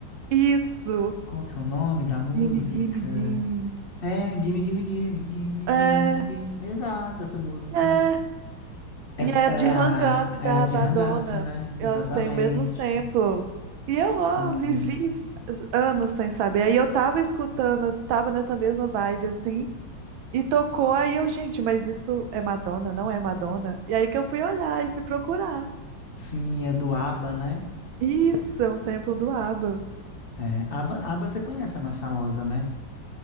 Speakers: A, on the right; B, on the left.
A: Isso!
B: Qual que é o nome da música?
A: Gimme, gimme, gimme.
B: É, Gimme, Gimme, Gimme, Gimme,
A: É,
B: Gimme, Gimme. Exato, essa música.
A: é.
B: Essa,
A: E é
B: é,
A: de
B: a-
A: Hang Up da
B: é a de
A: Madonna.
B: Hang Up, né?
A: Elas
B: Exatamente.
A: têm o mesmo sample. E eu,
B: Sim.
A: ó, vivi anos sem saber. Aí eu tava escutando, eu tava nessa mesma vibe, assim. E tocou, aí eu, gente, mas isso é Madonna, não é Madonna? E aí que eu fui olhar e fui procurar.
B: Sim, é do ABBA, né?
A: Isso, é um sample do ABBA.
B: É, ABBA, ABBA você conhece a mais famosa, né?